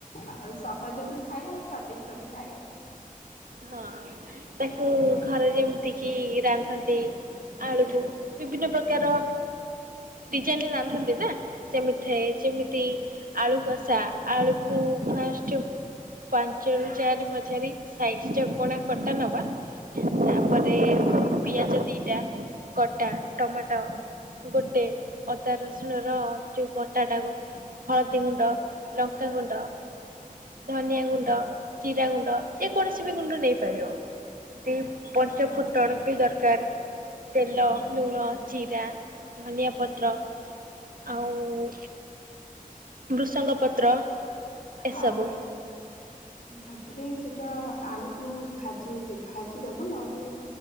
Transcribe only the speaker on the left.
ଆଉ ସହଜ ବି ଥାଏ ଆଉ ସ୍ଵାଦିଷ୍ଟ ବି ଥାଏ।
ହଁ।
ତାପରେ ସେଟା ଆଳୁକୁ ଭାଜି ଭାଜି ଦବ ନହେଲେ